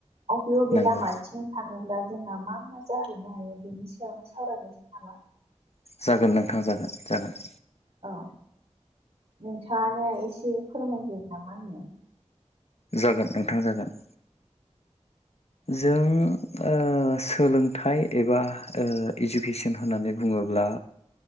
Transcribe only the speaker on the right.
आरो बबे
लामाथिं थाङोब्ला जोंहा मा मा जाहैनो हायो बेनि सायावनो सावरायनोसै नामा
औ नोंथाङानो एसे फोरमायदो ना माहोनो